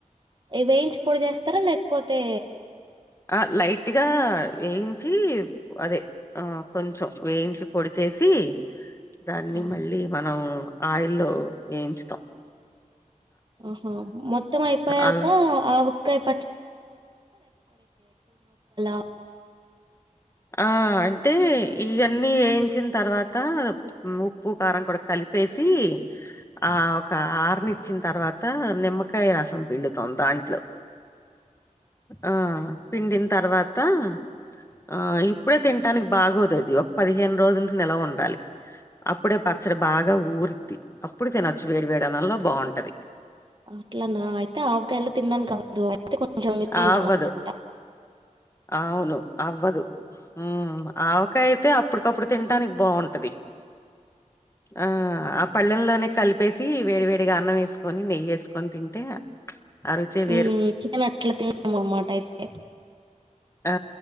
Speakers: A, on the right; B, on the left.
A: ఇ వేయించి పొడి చేస్తారా లేకపోతే
B: ఆ లైట్గా వేయించి అదే ఆ కొంచెం వేయించి పొడిచేసి దాన్ని
A: ఆ
B: మళ్ళీ మనం ఆయిల్లో ఏయించుతం.
A: ఆహా మొత్తం అయిపోయాక
B: అలా
A: ఆవక్కాయ్ <unintelligible>
B: ఆ అంటే ఇయన్నీ ఏయించిన్ తర్వాత ఉప్పు, కారం కుడ కలి పేసి ఆ ఒక ఆరనిచ్చిన్ తర్వాత నిమ్మకాయ్ రసం పిండు తొందా దాంట్లో ఆ పిండిన్ తర్వాతా ఆ ఇప్పుడే తిన్టానికి బాగోదది ఒక పదిహేన్ రోజుల్ నెల ఉండాలి. అప్పుడే పచ్చడి బాగా ఊరిద్ది. అప్పుడు తినొచ్చు వేడి వేడి అన్నంలో బాగుంటది.
A: అట్లనా అయితే ఆవకాయలా తినడానికి అవ్వదు అయితే కొంచం నిల్వ
B: అవ్వదు.
A: ఉంచాల్ అన్నమాట.
B: అవును అవ్వదు. మ్ ఆవకాయ్ అయితే అప్పుటికప్పుడు తిన్టానికి బాగుంటది. ఆ ఆ పల్లెంలోనే కల్ పేసి వేడి వేడిగా అన్నం ఏస్కొని నెయ్యి ఏస్కొని తింటే ఆ రుచే వేరు
A: మ్ చికెన్ అట్ల తింటాము అన్నమాట అయితే
B: ఆ